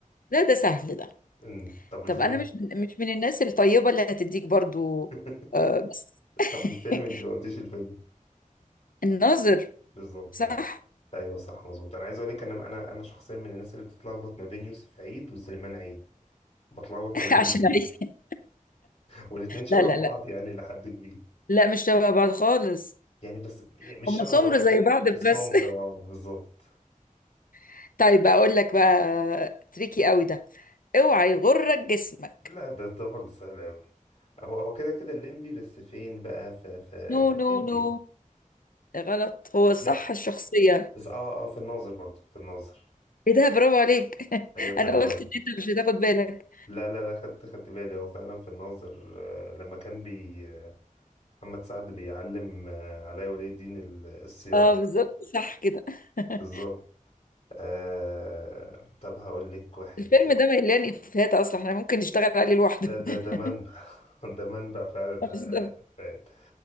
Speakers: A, on the left; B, on the left.
A: لا ده سهل ده
B: إن- طب الفيلم
A: طب انا مش من مش من الناس الطيبه اللي هتديك برضو
B: <laughs>
A: آه بس <laughs>
B: طب الفيلم انت ما قلتيش الفيلم
A: الناظر
B: بالظبط
A: صح
B: ايوه صح مظبوط انا عايز اقول لك انا انا انا شخصيا من الناس اللي بتتلخبط ما بين يوسف عيد وسليمان عيد بتلخبط ما
A: <laughs>
B: بينهم
A: عشان
B: جدا
A: عيد
B: والاثنين شبه
A: لا لا
B: بعض
A: لا
B: يعني لحد كبير
A: لا مش شبه بعض خالص
B: يعني بس يعني مش
A: هم
B: شبه
A: سمر
B: بعض
A: زي بعض بس
B: السمر اه بالظبط
A: <laughs> طيب اقول لك بقى تريكي قوي ده اوعى يغرك جسمك
B: لا ده ده برضه سهل قوي هو هو كده كده الليمبي بس فين بقى في في
A: نو
B: في الليمبي
A: نو نو غلط هو صح
B: لا
A: الشخصية
B: بس اه اه في الناظر برضه في الناظر
A: ايه ده برافو عليك <laughs>
B: ايوه في
A: انا
B: الناظر
A: قلت ان انت مش هتاخد بالك
B: لا لا لا خدت خدت بالي هو فعلا في الناظر آه، لما كان بي آه، محمد سعد بيعلم آه، علاء ولي الدين ال- الصياعة
A: اه بالظبط صح كده <laughs>
B: بالظبط آه طب هقول لك واحد
A: الفيلم ده مليان افيهات اصلا احنا ممكن نشتغل عليه لوحده
B: ده ده
A: <laughs>
B: ده منبع <laughs> ده منبع فعلا آه،
A: بالظبط.
B: فات